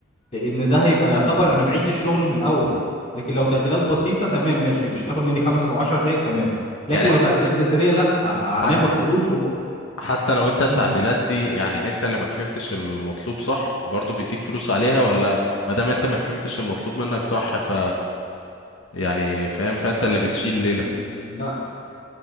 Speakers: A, on the left; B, on the left.
A: لان ده هيبقى يعتبر انا بعيد الشغل من الاول لكن لو تعديلات بسيطه تمام ماشي مش تاخد مني خمس او عشر دقايق تمام لكن
B: يعني
A: لو
B: ح
A: تعديلات جذريه لا آه،
B: ح
A: هناخد فلوس وب...
B: حتى لو انت التعديلات
A: مم.
B: دي يعني انت اللي ما فهمتش المطلوب صح برضو بيديك فلوس عليها ولا ما دام انت ما فهمتش المطلوب منك صح ف يعني فاهم فانت اللي بتشيل ليلة
A: لا